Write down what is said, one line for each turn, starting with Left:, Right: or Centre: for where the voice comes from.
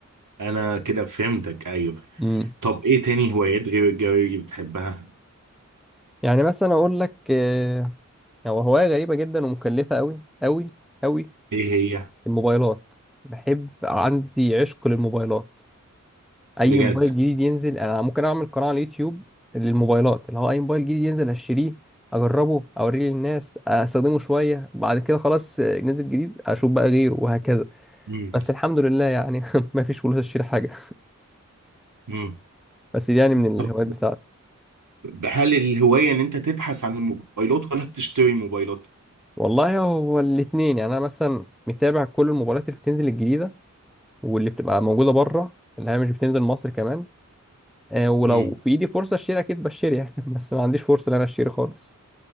Right: انا كده فهمتك ايوه
Centre: امم
Right: طب ايه تاني هوايات غير الجري بتحبها
Centre: يعني مثلا اقول لك آه، هو هوايه غريبه جدا ومكلفه قوي قوي قوي
Right: ايه هي
Centre: الموبايلات بحب عندي عشق للموبايلات اي
Right: بجد
Centre: موبايل جديد ينزل انا ممكن اعمل قناه على اليوتيوب للموبايلات اللي هو اي موبايل جديد ينزل هشتريه اجربه اوريه للناس استخدمه شويه بعد كده خلاص آه، نزل جديد اشوف بقى غيره وهكذا
Right: امم
Centre: بس الحمد لله يعني <laughs> ما فيش فلوس اشتري حاجه
Right: امم
Centre: بس دي يعني من
Right: طب
Centre: الهوايات بتاعتي
Right: هل الهواية ان انت تبحث عن الموبايلات ولا بتشتري موبايلات؟
Centre: والله هو الاتنين يعني انا مثلا متابع كل المباريات اللي بتنزل الجديده واللي بتبقى موجوده بره اللي هي مش بتنزل مصر كمان آه ولو
Right: امم
Centre: في ايدي فرصه اشتري اكيد بشتري يعني <laughs> بس ما عنديش فرصه ان انا اشتري خالص